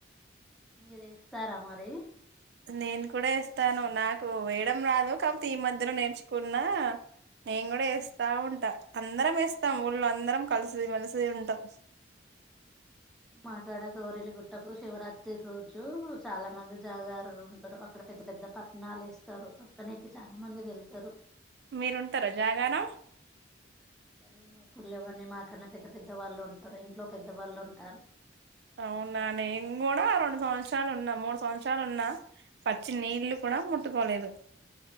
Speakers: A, in the centre; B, on the right (about 60°).
A: మీరేస్తారా మరి
B: నేను కూడా ఎస్తాను నాకు వేయడం రాదు కాపోతే ఈ మధ్యలో నేర్చుకున్న నేను కూడా వేస్తా ఉంటా అందరం వేస్తాం ఊళ్ళో అందరం కలిసి మెలిసి ఉంటాం <inaudible>
A: మాక్కడ గౌరెలిగుట్టకు శివరాత్రి రోజు చాలా మంది జాగారులు ఉంటారు అక్కడ పెద్ద పెద్ద పట్ణాలు ఎస్తారు తొక్కనికి చాలా మంది వెళ్తారు
B: మీరుంటారా జాగారం
A: మేము ఎప్పులువన్నీ మాకన్నా పెద్ద పెద్ద వాళ్ళు ఉంటారు ఇంట్లో పెద్ద వాళ్ళు ఉంటారు
B: అవునా నేను కూడా రెండు సంవత్సరాలు ఉన్నా మూడు సంవత్సరాలు ఉన్నా పచ్చి నీళ్లు కూ డ ముట్టుకో లేదు